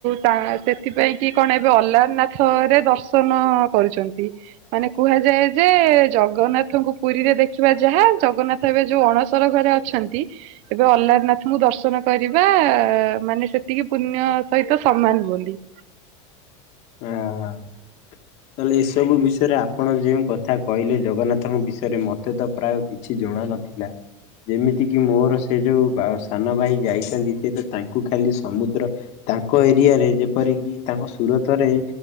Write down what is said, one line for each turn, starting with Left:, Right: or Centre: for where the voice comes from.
Right: ତା ସେଥିପାଇଁ କି କଣ ଏବେ ଅଲାରନାଥରେ ଦର୍ଶ ନ କରିଛନ୍ତି। ମାନେ କୁହାଯାଏ ଯେ ଜଗନ୍ନାଥଙ୍କୁ ପୁରୀରେ ଦେଖିବା ଯାହା ଜଗନ୍ନାଥ ଏବେ ଯୋଉ ଅଣସର ଘରେ ଅଛନ୍ତି ଏବେ ଅଲରାନାଥଙ୍କୁ ଦର୍ଶନ କରିବା ମାନେ ସେତିକି ପୁଣ୍ୟ ସହିତ ସମାନ ବୋଲି।
Left: ଆଃ ହଁ। ତାହେଲେ ଏସବୁ ବିଷୟରେ ଆପଣ ଯେଉଁ କଥା କହିଲେ ଜଗନ୍ନାଥଙ୍କ ବିଷୟରେ ମତେ ତ ପ୍ରାୟ କିଛି ଜଣା ନଥିଲା। ଯେମିତି କିି ମୋର ସେ ଯୋଉ ସାନ ଭାଇ ଯାଇଛନ୍ତି, ସେ ତ ତାଙ୍କୁ ଖାଲି ସମୁଦ୍ର ତାଙ୍କ ଏରିଆରେ ଯେପରିକି ତାଙ୍କ ସୁରତ ରେ